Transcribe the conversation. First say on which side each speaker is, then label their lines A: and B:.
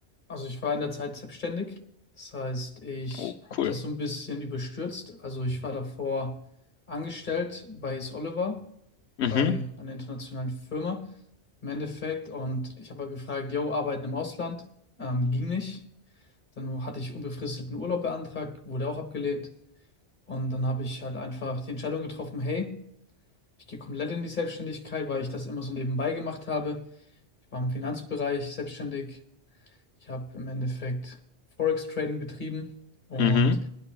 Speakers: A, on the left; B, on the left.
A: Also ich war in der Zeit selbstständig. Das heißt, ich
B: Oh,
A: habe
B: cool.
A: das so ein bisschen überstürzt. Also ich war davor angestellt bei Is Oliver,
B: Mhm,
A: bei einer internationalen Firma im Endeffekt. Und ich habe halt gefragt, yo, arbeiten im Ausland? Ähm, ging nicht. Dann hatte ich unbefristeten Urlaub beantragt, wurde auch abgelehnt. Und dann habe ich halt einfach die Entscheidung getroffen, hey, ich gehe komplett in die Selbstständigkeit, weil ich das immer so nebenbei gemacht habe. Ich war im Finanzbereich selbstständig, ich habe im Endeffekt Forex-Trading betrieben und
B: mhm,